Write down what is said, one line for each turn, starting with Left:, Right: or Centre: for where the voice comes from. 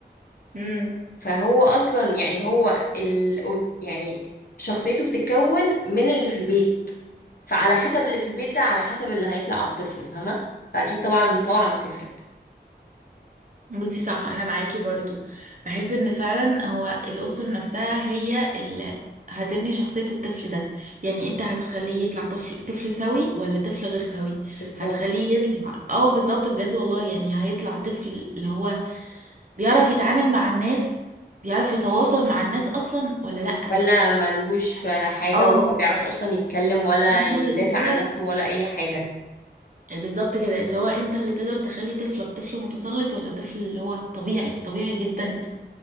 Right: لا
Left: فهو اصلا يعني هو ال... يعني شخصيته بتتكون من اللي في البيت فعلى حسب اللي في البيت ده على حسب اللي هيطلع على الطفل فاهمه فاكيد طبعا طبعا بتفرق
Right: بصي صح انا معاكي برضو بحس ان فعلا هو الاسره نفسها هي اللي هتبني شخصيه الطفل ده يعني انت هتخليه يطلع طفل طفل سوي ولا طفل غير سوي
Left: بالظبط
Right: هتخليه يطلع اه بالظبط بجد والله يعني هيطلع طفل اللي هو بيعرف يتعامل مع الناس بيعرف يتواصل مع الناس اصلا ولا لا
Left: ولا ملهوش في حاجه
Right: اه
Left: وما بيعرفش اصلا يتكلم ولا
Right: انت
Left: يدافع
Right: اللي تقدر
Left: عن نفسه ولا اي حاجه
Right: بالظبط كده اللي هو انت اللي تقدر تخلي طفلك طفل متسلط ولا طفل اللي هو طبيعي طبيعي جدا